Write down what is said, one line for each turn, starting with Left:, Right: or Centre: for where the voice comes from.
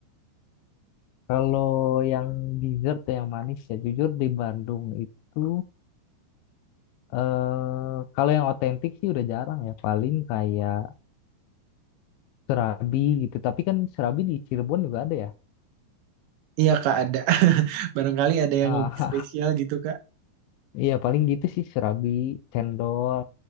Left: kalau yang dessert yang manis ya jujur di Bandung itu eh kalau yang otentik sih udah jarang ya paling kayak serabi gitu tapi kan serabi di Cirebon juga ada ya
Right: Iya Kak ada. <laughs> Barangkali ada yang
Left: Ah,
Right: lebih spesial gitu Kak.
Left: <laughs> iya paling gitu sih serabi cendol